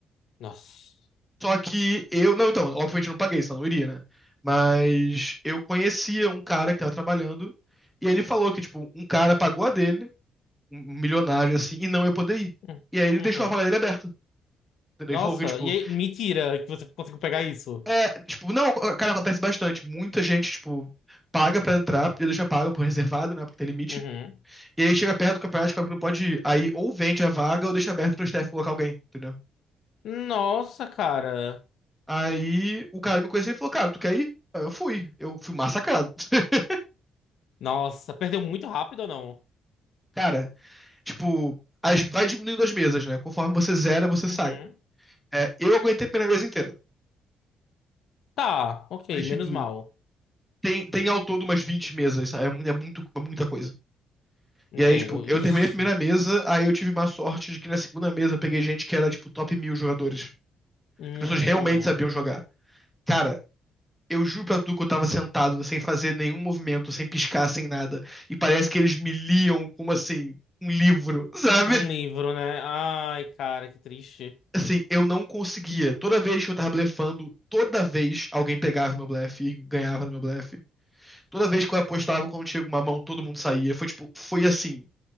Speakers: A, on the left (about 70°); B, in the centre.
A: nossa.
B: Só que eu. Não, então, obviamente eu não paguei, senão eu não iria, né? Mas eu conhecia um cara que tava trabalhando e ele falou que, tipo, um cara pagou a dele, um milionário assim, e não ia poder ir.
A: Hum,
B: E aí ele
A: Uhum.
B: deixou a vaga dele aberta. Entendeu?
A: Nossa,
B: Ele falou que, tipo,
A: e aí, mentira que você conseguiu pegar isso.
B: é, tipo, não, cara, acontece bastante. Muita gente, tipo, paga pra entrar, podia deixar pago por reservado, né? Porque tem limite.
A: Uhum.
B: E aí chega perto do campeonato, descobre que não pode ir. Aí ou vende a vaga ou deixa aberto pro staff colocar alguém, entendeu?
A: Nossa, cara.
B: Aí o cara me conheceu e falou, cara, tu quer ir? Aí eu fui. Eu fui massacrado. <laughs>
A: Nossa, perdeu muito rápido ou não?
B: Cara, tipo, as- vai diminuindo as mesas, né? Conforme você zera, você
A: Uhum.
B: sai. É, eu aguentei pela mesa inteira.
A: Tá, ok,
B: Mas, tipo,
A: menos mal.
B: tem, tem ao todo umas 20 mesas, sabe? É, mu- é muito, é muita coisa.
A: Entendo.
B: E aí, tipo, eu
A: Ixi.
B: terminei a primeira mesa, aí eu tive má sorte de que na segunda mesa eu peguei gente que era, tipo, top mil jogadores.
A: Hum,
B: As pessoas realmente sabiam jogar. Cara, Eu juro pra tu que eu tava sentado, sem fazer nenhum movimento, sem piscar, sem nada. E parece que eles me liam como assim, um livro, <laughs> sabe?
A: um livro, né? Ai, cara, que triste.
B: Assim, eu não conseguia. Toda vez que eu tava blefando, toda vez alguém pegava meu blefe e ganhava no meu blefe. Toda vez que eu apostava, quando tinha uma mão, todo mundo saía. Foi tipo, foi assim,